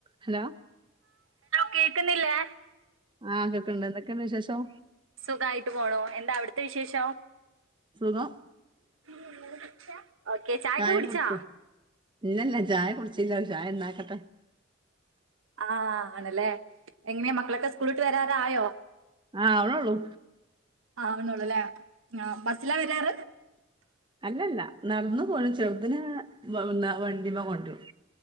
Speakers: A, on the right; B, on the right.
A: Hello
B: കേക്ക്ന്നില്ലേ?
A: ആ കേക്ണ്ട് എന്തൊക്കെണ്ട് വിശേഷം
B: സുഖായിട്ട് പോണോ എന്താ അവിടുത്തെ വിശേഷം
A: സുഖം
B: <unintelligible> ചായൊക്കെ
A: ചായ
B: കുടിച്ചാ
A: കുടിച്ചു. ഇല്ലല്ല ചായ കുടിച്ചില്ല ചായണ്ടാക്കട്ടെ.
B: ആ ആണല്ലേ എങ്ങനെയാ മക്കളൊക്കെ സ്കൂളിട്ട് വരാറായോ?
A: ആ ആവണൊള്ളൂ.
B: ആ ആവ്ണുള്ളൂല്ലേ, ആ ബസ്സിലാ വരാറ്?
A: അല്ലല്ല നടന്നു പോരും ചെറുതിന്നെ വണ്ടിമ്മ കൊണ്ടരും.